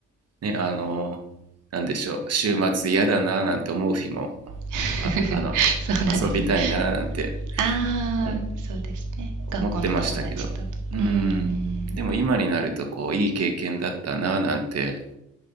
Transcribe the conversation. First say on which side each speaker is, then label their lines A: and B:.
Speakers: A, on the right; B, on the right.
A: ね、あの、なんでしょう、週末嫌だななんて思う日も、
B: <laughs>
A: あ、あの、
B: そうなんですね。
A: 遊びたいななんて、
B: ああ、
A: う
B: そうですね。
A: 思ってましたけど。
B: 学校の友達と。うーん。
A: うんでも今になると、こう、いい経験だったなぁなんて、